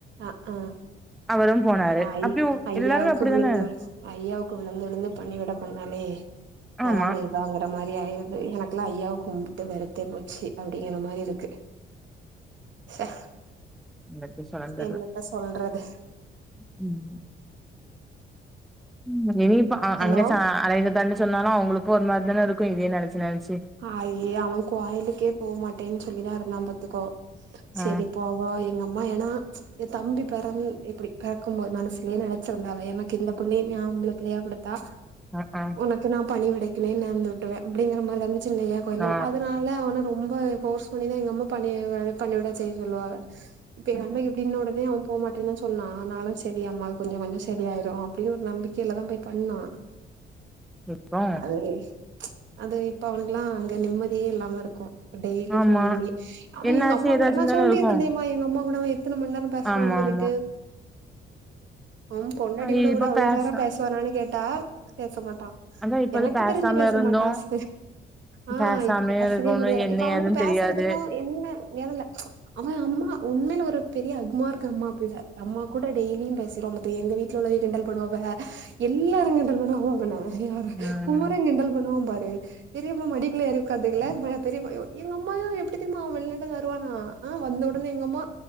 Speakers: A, on the right (about 70°); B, in the centre.
A: அ ஆ
B: அவரும் போனாரு
A: ஐ
B: அப்டியு
A: ஐயாவுக்கு
B: எல்லாருமே அப்டித்தான
A: விழுந்து ஐயாவுக்கு விழுந்து விழுந்து பணி வெட பண்ணாலே நலமாய்ரு
B: ஆமா
A: வாங்குற மாரி ஆய்ருது எனக்குலா ஐயாவ கும்ட்டு வெரத்தே போச்சு அப்டிங்ற மாரி இருக்கு ச்சே
B: எப்டி சொன்னன் தெர்ல
A: என்னத்த சொல்றது
B: ம் ம் இனி இப்ப அ
A: ஹலோ
B: அங்க ச <unintelligible> தண்னு சொன்னாலு அவங்களுக்கு ஒரு மாரி தான இருக்கு இதேயே நெனச்சு நெனச்சு
A: அய்ய அவே கோயலுக்கே போமாட்டேனு சொல்லி தா இருந்தா பாத்துக்கோ செரி
B: ஆ
A: போவா எங்க அம்மா ஏனா எ தம்பி பெறந் எப்டி பெறக்கும்போது மனசுலே நென வச்சிருந்தாவ எனக்கு இந்த புள்ளய நீ ஆம்பளப் புள்ளயா குடுத்தா
B: ஆஹ்அ
A: ஒனக்கு நா பணிவிடைக்குனே நேந்து விட்ருவே அப்டிங்ற மாரிதான சின்னய்யா கோயில்ல
B: ஆ
A: அதுனா லா அவன ரொம்ப ஃபோர்ஸ் பண்ணிதா எங்க அம்மா பணி பணிவெட செய்ய சொல்லுவாக இப்ப எங்கம்மாய்கு இப்டீன ஒடனே அவே போ மாட்டேனுதா சொன்னா ஆனாலு செரி அம்மா கொஞ்சோ கொஞ்சோ சரியாயிரு அப்டியு ஒரு நம்பிக்கைலதா போய் பண்ணா
B: இப்போ
A: அது அது இப்ப அவனுக்கலா அங்க நிம்மதியே இல்லாம இருக்கு டெய்லி
B: ஆமா
A: ஃபோன் பண்ணி அவே
B: என்னாச்சு
A: எங்க அம்மா
B: ஏதாச்சுன்னு
A: கூட நா
B: தானே
A: சொல்லிருக்கே
B: இருக்கு
A: தெர்மா எங்க அம்மா கூட அவே எத்தன மண்நேரோ பெசுவாண்னு
B: ஆமா
A: சொல்லிட்டு
B: ஆமா
A: அவம் பொண்டாட்டிகூட
B: அ இப்ப
A: கூட அவ்ளோ
B: பேச
A: நேரோ பேசுவானானு கேட்டா பேசமாட்டா
B: அதா இப்ப
A: எனக்குத்
B: அது பேசாம
A: தெரிஞ்சு பேச
B: இருந்தோ
A: மாட்டாஸ் ஆ
B: பேசாமயே
A: இப்ப பேசவே
B: இருக்கோணு
A: முடியாதா
B: என்ன
A: இப்ப அவனுக்கு
B: ஏதுன்னு
A: பேசுறதுக்கு
B: தெரியாது
A: என்ன எதுல அவே அம்மா உண்மேல ஒரு பெரிய அக்மார்க் அம்மா பிள்ள அம்மா கூட டெய்லியு பேசிருவா பாத்துக்க எங்க வீட் வீட்ல உள்ளவிக கிண்டல் பண்ணுவாக எல்லாரு கிண்டல் பண்ணுவாக அவன யார
B: ம்
A: குமரே கிண்டல் பண்ணுவா பாரு பெரியப்பா மடிக்குல்ல ஏரி உக்காந்துகள மேல பெரியப்பா எ எங்க அம்மாயோ எப்டி தெரியுமா அவே வெள்நாட்லருந்து வருவானா ஆ வந்த ஒடனே எங்க அம்மா